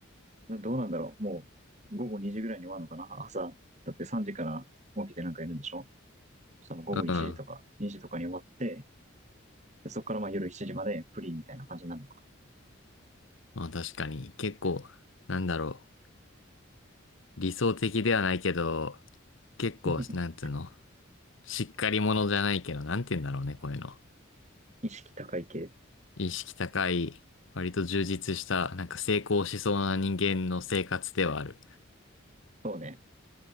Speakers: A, on the right; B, on the left.
A: あ、どうなんだろう。もう、午後2時ぐらいに終わるのかな朝。だって3時から起きてなんかいるんでしょその午後1時とか2時とかに終わって、
B: うん。
A: でそこからまあ夜7時までフリーみたいな感じなのか。
B: まあ確かに結構、なんだろう。理想的ではないけど、結構、
A: <laughs>
B: なんつうの。しっかり者じゃないけど、なんて言うんだろうね、こういうの。
A: 意識高い系。
B: 意識高い、割と充実した、なんか成功しそうな人間の生活ではある。
A: そうね。